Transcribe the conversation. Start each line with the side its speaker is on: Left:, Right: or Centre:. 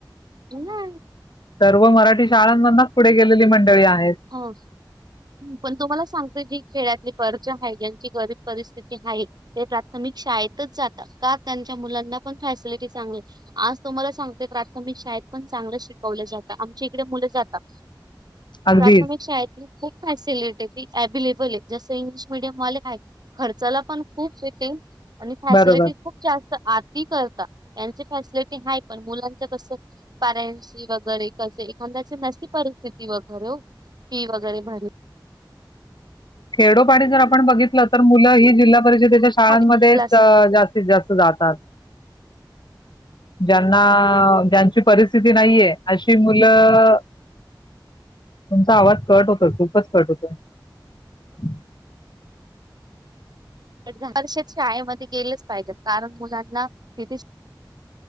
Right: ए ना
Left: सर्व मराठी शाळांमधना पुढे गेलेली मंडळी आहे
Right: हा पण तुम्हाला सांग जी खेळातली कर्ज आहे ज्यांची गरीब परिस्थिती आहे ते प्राथमिक शाळेतच जातात का त्यांच्या मुलांना पण फॅसिलिटी चांगली आज तुम्हाला सांगतेय प्राथमिक शाळेत पण चांगले शिकवले जातात आमची इकडे मुलं जातात
Left: अगदीच
Right: प्राथमिक शाळेतील फॅसिलिटीी अव्लेबल आहे जसं इंग्लिश मिीडियम वाले काय खर्चाला पण खूप येते आणि फॅसिलिटीज
Left: बरोबर
Right: खूप जास्त आ त करता त्यांचे फॅसिलिटी आहे पण मुलांच कस पॅरेंस वगैरे कसे एखाद्याची नसती परिस्थिती वगैर बर फी वगैरे भर
Left: खेडोपाणी जर आपण बघितलं तर मुलं ही जिल्हा परिषदेच्या शाळांमध्येच
Right: क्लास
Left: जास्तीत जास्त जात ह ज्यांना ज्यांची परिस्थिती नाहीये अशी मुलं तुमच आवड कट होत खूपच कट होतं हम्
Right: वर्ष शाळेमध्ये गेलेच पाहिजेत कारण मुलांना तिथे